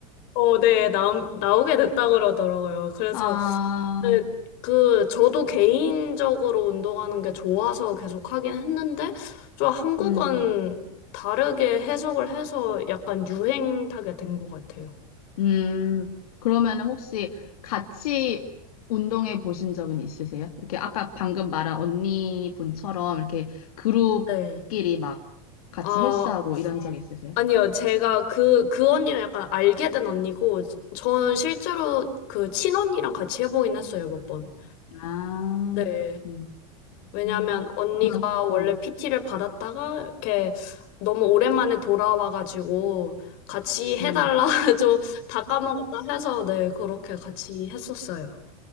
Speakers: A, on the left; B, on the left.
A: 어, 네, 나, 나오게 됐다 그러더라고요. 그래서,
B: 아,
A: 네, 그, 저도 개인적으로 운동하는 게 좋아서 계속 하긴 했는데, 좀 한국은
B: 음.
A: 다르게 해석을 해서 약간 유행 타게 된 것 같아요.
B: 음, 그러면 혹시 같이 운동해 보신 적은 있으세요? 이렇게 아까 방금 말한 언니분처럼 이렇게 그룹끼리
A: 네.
B: 막 같이
A: 아,
B: 헬스하고 이런 적 있으세요?
A: 아니요. 제가 그, 그 언니는 약간 알게 된 언니고, 저는 실제로 그 친언니랑 같이 해보긴 했어요, 몇 번.
B: 아,
A: 네.
B: 그렇구나.
A: 왜냐면
B: 음,
A: 언니가
B: 그러면,
A: 원래
B: 음,
A: PT를 받았다가 이렇게 너무 오랜만에 돌아와가지고 같이 해달라
B: 음,
A: <laughs> 좀 다 까먹었다 해서 네, 그렇게 같이 했었어요.